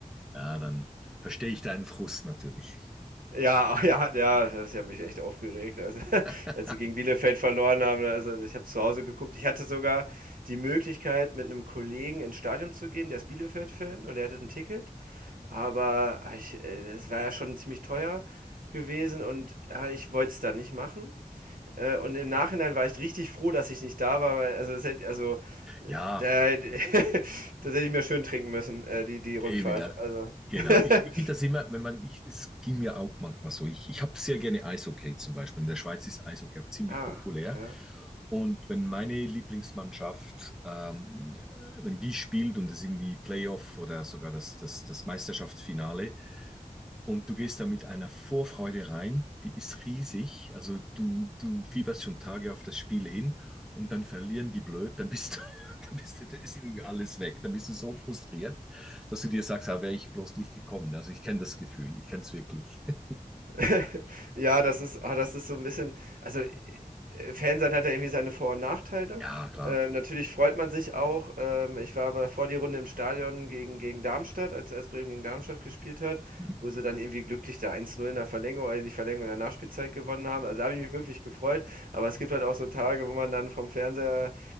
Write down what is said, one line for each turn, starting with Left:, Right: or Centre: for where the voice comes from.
Centre: Ja, dann verstehe ich deinen Frust natürlich.
Right: Ja, <laughs> ja, ja, das hat mich echt aufgeregt. Also,
Centre: <laughs>
Right: <laughs> als sie gegen Bielefeld verloren haben, also ich habe zu Hause geguckt. Ich hatte sogar die Möglichkeit, mit einem Kollegen ins Stadion zu gehen, der ist Bielefeld-Fan und der hatte ein Ticket. Aber ah, ich, äh, es war ja schon ziemlich teuer gewesen und ja, ich wollte es dann nicht machen. Äh, und im Nachhinein war ich richtig froh, dass ich nicht da war, weil also, es hätte, also äh,
Centre: Ja,
Right: da, <laughs> das hätte ich mir schön trinken müssen, äh, die, die Rückfahrt.
Centre: Eben, ja.
Right: Also.
Centre: Genau.
Right: <laughs>
Centre: Ich, ich finde das immer, wenn man, ich, es ging mir auch manchmal so. Ich, ich habe sehr gerne Eishockey zum Beispiel. In der Schweiz ist Eishockey auch ziemlich
Right: Ah,
Centre: populär.
Right: ja.
Centre: Und wenn meine Lieblingsmannschaft, ähm, äh, wenn die spielt und es irgendwie Playoff oder sogar das, das, das Meisterschaftsfinale, und du gehst da mit einer Vorfreude rein, die ist riesig. Also du, du fieberst schon Tage auf das Spiel hin und dann verlieren die blöd, dann bist du, <laughs> dann bist du, dann ist irgendwie alles weg. Dann bist du so frustriert, dass du dir sagst, ah, wäre ich bloß nicht gekommen. Also ich kenne das Gefühl, ich kenne es wirklich. <laughs>
Right: <laughs> Ja, das ist ah, das ist so ein bisschen also, äh, Fan sein hat ja irgendwie seine Vor und Nachteile.
Centre: Ja, klar.
Right: Ähm, natürlich freut man sich auch. Ähm, ich war aber vor die Runde im Stadion gegen gegen Darmstadt, als als Bremen gegen Darmstadt gespielt hat,
Centre: Hm.
Right: wo sie dann irgendwie glücklich da eins null in der Verlängerung äh, nicht Verlängerung, in der Nachspielzeit gewonnen haben. Also, da habe ich mich wirklich gefreut, aber es gibt halt auch so Tage, wo man dann vom Fernseher,